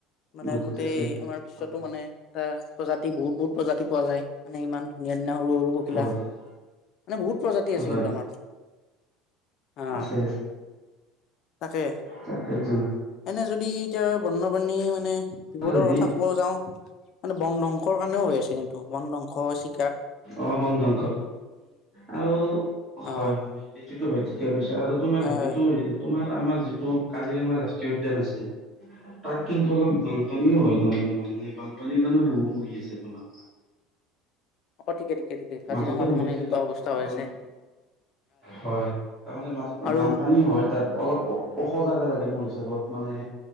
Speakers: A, on the left (about 40°); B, on the right (about 15°).
A: মানে
B: গুৰুত্ব
A: গোটেই
B: আছে
A: আমাৰ বিশ্বতো
B: হয়
A: মানে এটা প্ৰজাতি বহুত বহুত প্ৰজাতি পোৱা যায় মানে ইমান ধুনীয়া ধুনীয়া সৰু পখিলা
B: পোৱা
A: সৰু
B: যায়।
A: মানে বহুত প্ৰজাতি আছে
B: হয়
A: কিন্তু আমাৰ অ
B: আছে
A: তাকে।
B: তাকেইটো।
A: এনে যদি এতিয়া বন্যপ্ৰাণী মানে বিপদৰ
B: হেৰি
A: কথা কব যাওঁ মানে বন ধ্বংসৰ কাৰণেও হৈ আছে কিন্তু বন ধ্বংস হৈছি
B: অ বন ধংস আৰু হয়
A: অ
B: হয়। সেইটোতো হয় ঠিকে কৈছা আৰু তোমাৰ
A: হয়
B: হেৰিটো
A: হয়
B: তোমাৰ আমাৰ যিটো কাজিৰঙা ৰাষ্ট্ৰীয় উদ্যান আছে, তাত কিন্তু অলপ বানপানীও হয়। <unintelligible> বানপানীৰ কাৰণেও বহু মৰি আছে তোমাৰ
A: অ ঠিকে ঠিকে ঠিকে কাজিৰঙাতো
B: মাজতে মৰিছিল
A: মানে এনেকুৱা অৱস্থা হৈ
B: বান-
A: আছে
B: হয় তাৰমানে
A: আৰু
B: বানপানী হয় তাত অলপ ওখ জাগা লাগে মোৰ হিচাপত মানে